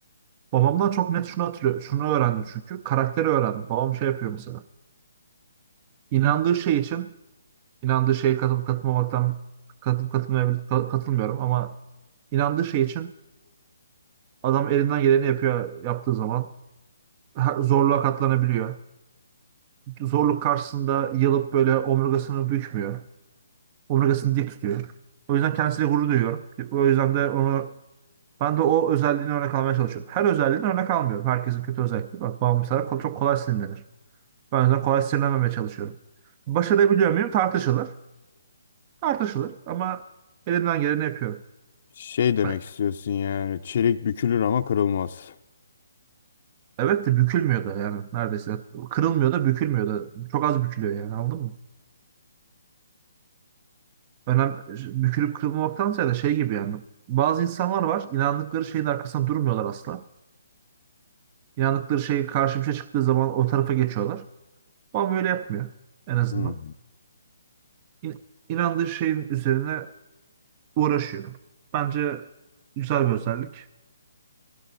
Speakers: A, on the right (about 25°); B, on the left (about 50°).
A: Babamdan çok net şunu hatırlıyorum. Şunu öğrendim çünkü. Karakteri öğrendim. Babam şey yapıyor mesela. İnandığı şey için inandığı şeye katılıp katılmamaktan katılıp katılmayabil- ka- katılmıyorum ama inandığı şey için adam elinden geleni yapıyor yaptığı zaman her- zorluğa katlanabiliyor. Zorluk karşısında yılıp böyle omurgasını bükmüyor. Omurgasını dik tutuyor. O yüzden kendisiyle gurur duyuyorum. O yüzden de onu ben de o özelliğini örnek almaya çalışıyorum. Her özelliğini örnek almıyorum. Herkesin kötü özellikleri var. Babam mesela çok kolay sinirlenir. Ben o yüzden kolay sinirlenmemeye çalışıyorum. Başarabiliyor muyum? Tartışılır. Tartışılır ama elimden geleni yapıyorum.
B: Şey demek
A: Ha,
B: istiyorsun yani çelik bükülür ama kırılmaz.
A: Evet de bükülmüyor da yani neredeyse. Kırılmıyor da bükülmüyor da. Çok az bükülüyor yani anladın mı? Önem, bükülüp kırılmamaktansa da şey gibi yani. Bazı insanlar var inandıkları şeyin arkasında durmuyorlar asla. İnandıkları şey karşı bir şey çıktığı zaman o tarafa geçiyorlar. Ama öyle yapmıyor en azından.
B: Hı. hı.
A: İn, inandığı şeyin üzerine uğraşıyor. Bence güzel bir özellik.